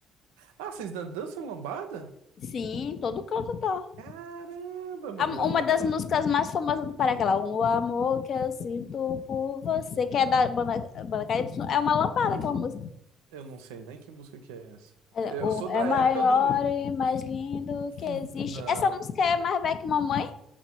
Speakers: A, on the right (about 70°); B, on the left (about 50°).
A: Ah, vocês dan- dançam lambada?
B: Sim, em todo canto toca.
A: Caramba, mano,
B: A- Uma
A: lambada
B: das
A: eu lembro.
B: músicas mais famosas do Pará, aquela O Amor Que Eu Sinto Por Você, que é da banda, banda KY, é uma lambada aquela música.
A: Eu não sei nem que música que é essa.
B: É,
A: Eu
B: o
A: sou da
B: é maior
A: época do.
B: e mais lindo que
A: Hum,
B: existe.
A: Não.
B: Essa música é mais velha que mamãe?